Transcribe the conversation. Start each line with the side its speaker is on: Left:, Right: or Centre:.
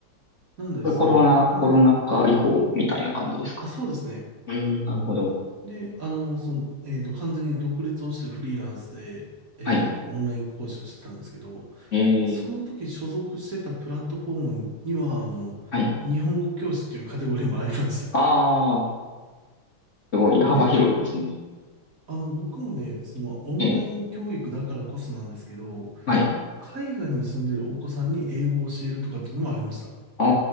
Right: なので、
Left: これコロナ、
Right: その、僕の、
Left: コロナ禍以降みたいな感じですか。
Right: あ、そうですね。
Left: うーん、なるほど。
Right: で、あの、その、えっと、完全に独立をしてフリーランスで、えっと、
Left: はい。
Right: オンライン講師をしてたんですけど、
Left: えー、
Right: その時所属してたプラットフォームには、あの、
Left: はい。
Right: 日本語教師というカテゴリーもありました。
Left: ああ、すごい幅広いですね。
Right: で、あの、僕もね、その、オンライン教育だからこそなんですけど、
Left: えー、はい。
Right: 海外に住んでるお子さんに英語を教えるとかっていうのもありました。
Left: あ